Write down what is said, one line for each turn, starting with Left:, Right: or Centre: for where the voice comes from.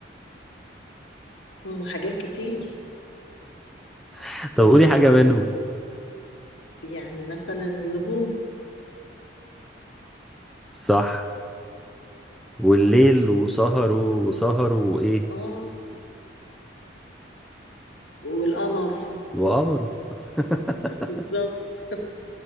Left: هما حاجات كتير
Centre: <laughs> طب قولي حاجة منهم
Left: يعني مثلا النجوم
Centre: صح والليل وسهروا وسهروا وإيه؟
Left: اه والقمر
Centre: وقمروا <laughs>
Left: بالظبط